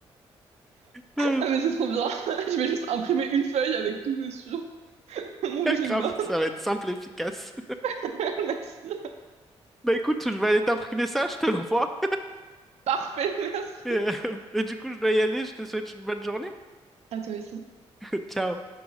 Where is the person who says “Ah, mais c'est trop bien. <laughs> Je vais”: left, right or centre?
Right